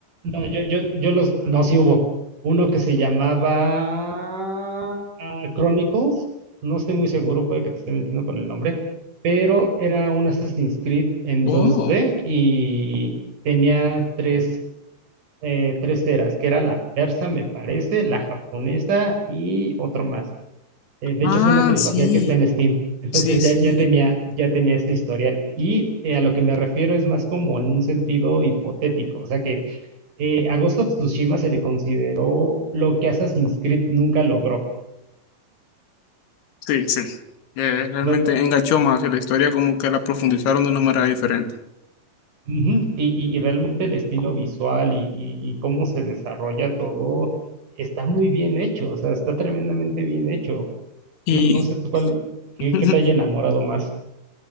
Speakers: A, on the right; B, on the left.
A: No, yo, yo, yo los, no, sí hubo. Uno que se llamaba ah, Chronicles, no estoy muy seguro, puede que te esté mintiendo con el nombre, pero era un Assassin's Creed en
B: Oh,
A: 2D y tenía tres, eh, tres eras, que era la persa, me parece, la japonesa y otro más. Eh, de
B: ah,
A: hecho, es una trilogía
B: sí,
A: que está en Steam. Entonces
B: sí, sí,
A: ya, ya tenía, ya tenía este historial. Y eh, a lo que me refiero es más como en un sentido hipotético. O sea que eh, a Ghost of Tsushima se le consideró lo que Assassin's Creed nunca logró.
B: sí, sí. Eh, realmente
A: Lo-
B: enganchó más y la historia, como que la profundizaron de una manera diferente.
A: ujú, y, y- y realmente el estilo visual y, y- y cómo se desarrolla todo está muy bien hecho, o sea, está tremendamente bien hecho.
B: Y...
A: No, no sé tú cuál, qué,
B: <laughs>
A: qué te haya enamorado más.